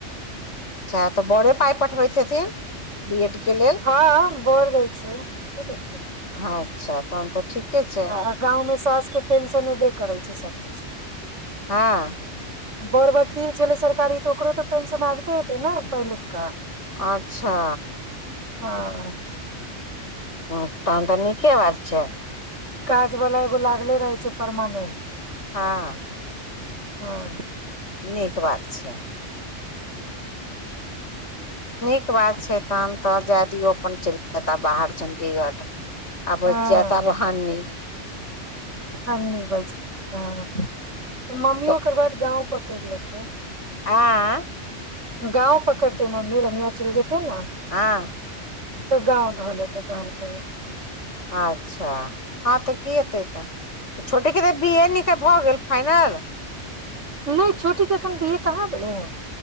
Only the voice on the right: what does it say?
हँ बड़ दइ छै के देतै
आ गाँवमे साउस के पेंशन ऐबे करै छै सब चीज।
बड़ वकील छलै सरकारी तऽ ओकरो तऽ पेंशन आबिते हेतै ने पहिलुकका।
हँ
काज वला एगो लागले रहै छै परमानेंट
हाँ
हँ
हनी बचि जाएत हाँ मम्मी
ओकर बाद गाँंव पकैड़ि लेतै
गाँव पकड़तै मम्मी रनिया चलि जेतै न
तऽ गाँव ध लेतऽ कहलकै या
नहि छोटीे एखन बी ए कहाँ भेलै हन